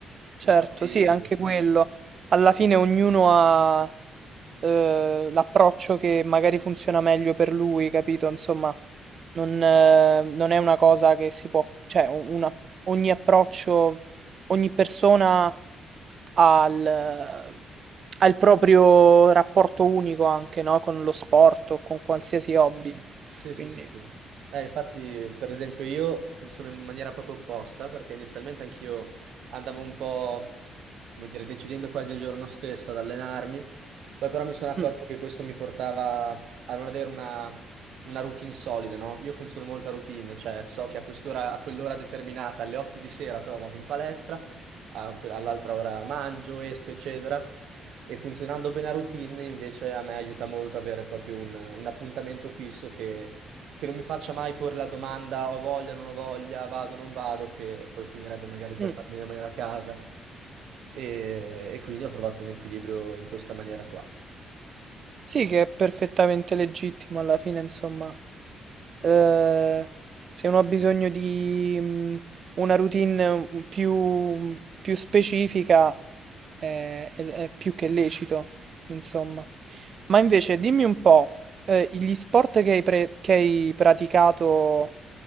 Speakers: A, on the right; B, on the right.
A: Certo,
B: Infatti,
A: sì, anche quello. Alla fine ognuno ha eh, l'approccio che magari funziona meglio per lui, capito? Insomma, non, eh, non è una cosa che si può, cioè, o- una- ogni approccio, ogni persona ha il, ha il proprio rapporto unico anche, no? Con lo sport o con qualsiasi hobby.
B: Sì, sì,
A: Quindi,
B: sì, sì. Eh, infatti, per esempio, io funziono in maniera proprio opposta, perché inizialmente anch'io andavo un po', come dire, decidendo quasi il giorno stesso ad allenarmi, poi però mi sono accorto
A: mm,
B: che questo mi portava a non avere una, una routine solida, no? Io funziono molto a routine, cioè so che a quest'ora, a quell'ora determinata, alle 8 di sera, to, vado in palestra, a que- all'altra ora mangio, esco, eccetera. E funzionando bene la routine, invece, a me aiuta molto avere proprio un, un appuntamento fisso che, che non mi faccia mai porre la domanda ho voglia, non ho voglia, vado, non vado, che poi finirebbe magari per
A: mm.
B: farmi rimanere a casa. E, e quindi ho trovato un equilibrio in questa maniera qua.
A: Sì, che è perfettamente legittimo alla fine, insomma. Eh, se uno ha bisogno di mm, una routine mm, più, mm, più specifica, eh, è, è più che lecito, insomma. Ma invece, dimmi un po', eh, gli sport che hai, pre- che hai praticato